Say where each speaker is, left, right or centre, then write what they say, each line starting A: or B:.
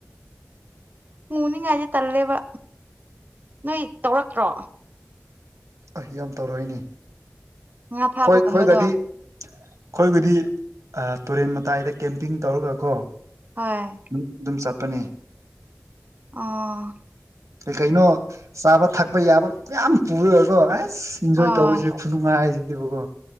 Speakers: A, on the right; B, on the right.
A: ꯃꯨꯅꯤꯡꯉꯥꯏꯗꯤ ꯇꯜꯂꯦꯕ ꯅꯣꯏ ꯇꯧꯔꯛꯇ꯭ꯔꯣ
B: ꯑꯩ ꯌꯥꯝ ꯇꯧꯔꯛꯏꯅꯤ
A: ꯉꯥ ꯐꯥꯕꯒꯨꯝꯕꯗꯣ
B: ꯈꯣꯏ ꯈꯣꯏꯒꯗꯤ ꯑꯈꯣꯏꯕꯨꯗꯤ ꯑ ꯇꯨꯔꯦꯟ ꯃꯇꯥꯏꯗ ꯀꯦꯝꯄꯤꯡ ꯇꯧꯔꯒ ꯀꯣ
A: ꯍꯣꯏ
B: ꯍꯝ ꯗꯨꯝ ꯆꯠꯄꯅꯦ
A: ꯑꯥ
B: ꯀꯩ ꯀꯩꯅꯣ ꯆꯥꯕ ꯊꯛꯄ ꯌꯥꯕ ꯃꯌꯥꯝ ꯄꯨꯔꯒꯀꯣ ꯑꯦꯁ ꯏꯟꯖꯣꯏ
A: ꯍꯣꯏ
B: ꯇꯧꯕꯁꯦ ꯈꯨꯅꯨꯡꯉꯥꯏꯖꯤꯗꯤꯕꯀꯣ